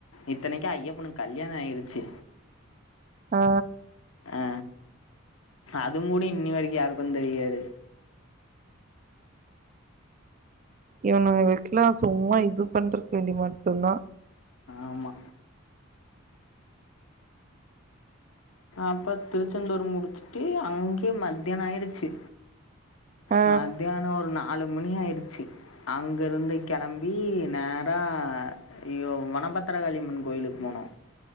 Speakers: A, on the left (about 75°); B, on the right (about 35°).
A: இத்தனைக்கி ஐயப்பனுக் கல்யாண ஆயிருச் சி
B: ஆ
A: ஆ அது முடி இன்னி வரிக்கு யாருக்கு தெரியாது
B: இவனுங்களுங்க்லா சும்மா இது பண்றக்கு வேண்டி மட்டு தா
A: ஆமா அப்ப திருச்செந்தூர் முடுச்சுட்டு அங்கேயே மத்யானோ ஆய்ருச்சி
B: ஆ
A: மத்யானோ ஒரு நாலு மணி ஆயிடுச்சி அங்கருந்து கெளம்பி நேரா ஐயோ வனபத்தர காளியம்மன் கோயிலுக்கு போனோ